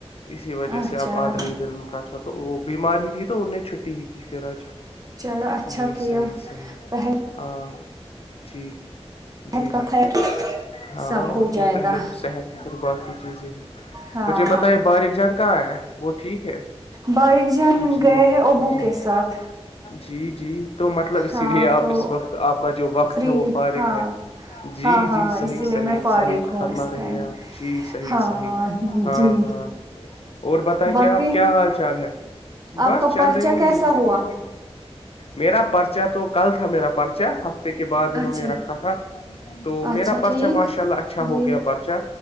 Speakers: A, on the left (about 60°); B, on the right (about 35°).
A: اسی وجہ
B: اچھا
A: سے اب آدھا دن کا تھا تو وہ بیمار ہی تھی تو انہیں چھٹی ہی کی پھر آج
B: چلو اچھا
A: جی
B: کیا
A: صحی صحیح
B: پہل
A: ہاں جی
B: صحت
A: جی
B: کا
A: جی
B: خیر
A: ہاں
B: سب
A: اور
B: ہو
A: کیا
B: جائے
A: پہلے
B: گا
A: تو صحت ہے پھر باقی چیزیں ہیں
B: ہاں
A: مجھے پتا یہ باریک جان کہاں ہے وہ ٹھیک ہے
B: باریک جان
A: جی
B: گئے ہیں ابو
A: جی
B: کے ساتھ
A: جی جی تو مطلب اسی
B: ہاں
A: لیے آپ
B: تو
A: اس وقت آپ کا جو وقت
B: فری
A: ہے وہ فارغ
B: ہاں
A: ہے جی
B: ہاں ہاں
A: جی صحیح
B: اسی لیے
A: صحیح
B: میں فارغ
A: صحیح
B: ہوں
A: فرما
B: اس
A: رہے
B: ٹائم
A: ہیں آپ جی صحیح
B: ہاں
A: صحیح ہاں
B: جی
A: ہاں اور بتائیے
B: باقی
A: آپ کیا حال چال ہے بس
B: آپ کا
A: چل
B: پرچہ
A: رہی ہے
B: کیسا
A: زندگی
B: ہوا
A: میرا پرس پرچا تو کل تھا میرا پرچا ہفتے کے بعد انہوں
B: اچھا
A: نے رکھا تھا تو
B: اچھا
A: میرا پرچا
B: ٹھیک
A: ماشاء اللہ اچھا ہو
B: جی
A: گیا پرچا